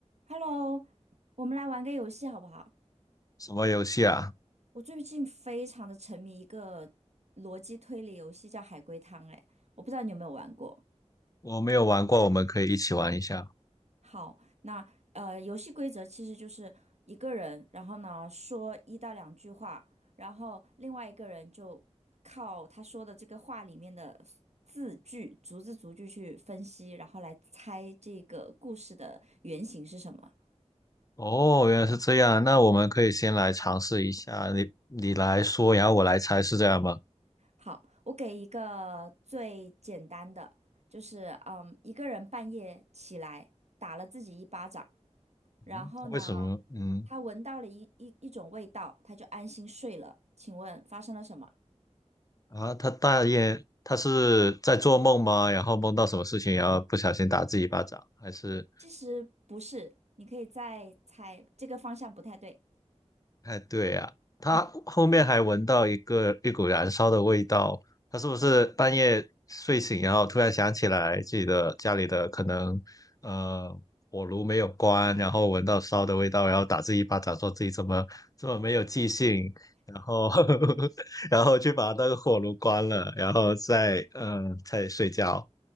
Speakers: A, on the right; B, on the left.
A: Hello，我们来玩个游戏好不好？
B: 什么游戏啊？
A: 我最近非常的沉迷一个逻辑推理游戏，叫海龟汤。哎，我不知道你有没有玩过。
B: 我没有玩过，我们可以一起玩一下。
A: 好，那呃，游戏规则其实就是一个人，然后呢说一到两句话，然后另外一个人就靠他说的这个话里面的字句，逐字逐句去分析，然后来猜这个故事的原型是什么。
B: 哦，原来是这样，那我们可以先来尝试一下，你你来说，然后我来猜，是这样吗？
A: 好，我给一个最简单的，就是嗯，一个人半夜起来打了自己一巴掌，然后呢，
B: 嗯，为什么？嗯，
A: 他闻到了一一一种味道，他就安心睡了。请问发生了什么？
B: 啊，他大爷，他是在做梦吗？然后梦到什么事情，然后不小心打自己一巴掌，还是
A: 其实不是，你可以再猜，这个方向不太对。
B: 哎，对呀、他后面还闻到一个一股燃烧的味道，
A: 嗯。
B: 他是不是半夜睡醒，然后突然想起来自己的家里的可能呃火炉没有关，然后闻到烧的味道，然后打自己一巴掌，说自己怎么这么没有记性，然后 <laughs> 然后去把那个火炉关了，然后再嗯、呃、再睡觉，